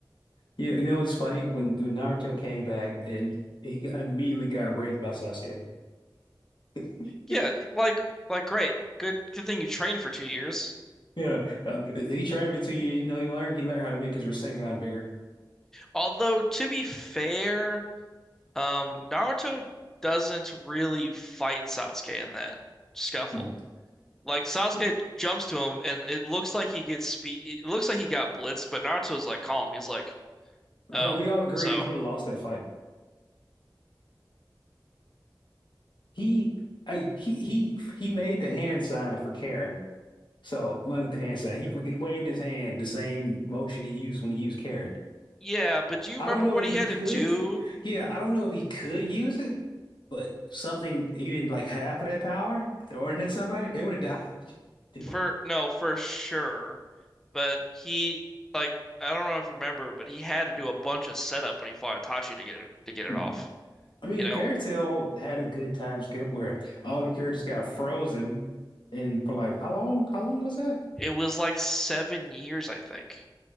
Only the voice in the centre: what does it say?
Yeah, like like great, good good thing you trained for two years.
Although to be fair, um, Naruto doesn't really fight Sasuke in that scuffle.
Like Sasuke
jumps to him, and it looks like he gets speed. It looks like he got blitzed, but Naruto's like calm. He's like,
"Oh,
so
yeah." But do you
remember
what
he had
to do
for?
No, for sure. But he like I don't know if you remember, but he had to do a bunch of setup when he fought Itachi to get it to get it
off.
You know,
it was like seven years, I think.